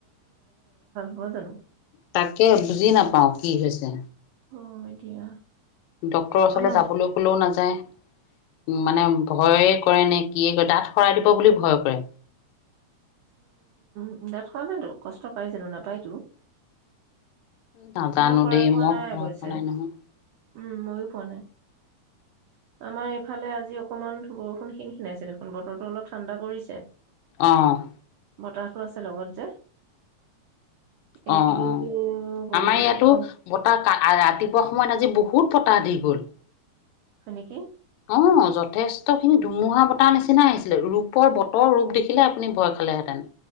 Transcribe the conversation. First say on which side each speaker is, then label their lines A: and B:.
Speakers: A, on the right; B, on the left.
A: হয় জানো?
B: তাকে বুজি নাপাও কি হৈছে
A: হয় দিয়া।
B: ডাক্তৰ ওচলে
A: আমা
B: যাবলে ক'লেও নাযায়। <inaudible> মানে ভয়ে কৰে নে কিয়ে, দাঁত সৰাই দিব বুলি ভয় কৰে।
A: উম দাঁত সৰালেতো কষ্ট পাই জানো? নাপায়তো?
B: নাজানো
A: মই শৰাই
B: দেই।
A: পোৱা
B: মই
A: নাই
B: <unintelligible> খোৱা
A: অৱশ্যে।
B: নাই নহয়।
A: উম ময়ো পোৱা নাই। আমাৰ এইফালে আজি অকমান বৰষুণ খিনখিনাইছে দেখোন। বতৰটো অলপ ঠাণ্ডা কৰিছে।
B: অ'।
A: পতাহটো আছে লগত যে? এইকেইদিনতো
B: অ'-অ'
A: বহুত
B: আমাৰ ইয়াতো বতাহ কা - আ - ৰাতিপুৱা সময়ত আজি বহুত বহুত পতাহ দি গ'ল।
A: হয় নেকি?
B: অ' যথেষ্টখিনি ধুমুহা বতাহ নিচিনা আহিছিলে ।ৰূপৰ বতৰ ৰূপ দেখিলে আপুনি ভয় খালেহেঁতেন।